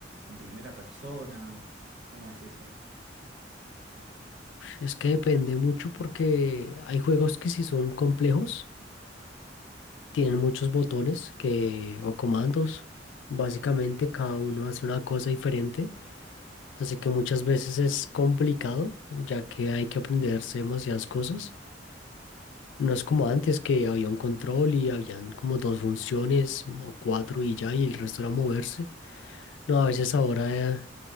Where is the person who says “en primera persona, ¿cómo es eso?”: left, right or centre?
Right